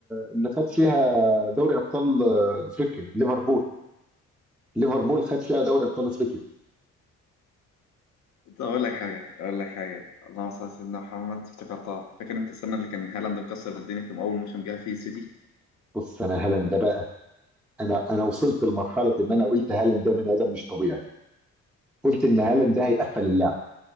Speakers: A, in the centre; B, on the left.
A: اللي خد فيها دوري ابطال آه، افريقيا ليفربول ليفربول خد فيها دوري ابطال افريقيا
B: طب أقول لك حاجة أقول لك حاجة اللهم صل على سيدنا محمد افتكرتها فاكر أنت السنة اللي كان هالاند مكسر الدنيا في أول موسم جه فيه السيتي
A: بص انا هالاند ده بقى انا انا وصلت لمرحله ان انا قلت هالاند ده بني ادم مش طبيعي قلت ان هالاند ده هيقفل اللعبه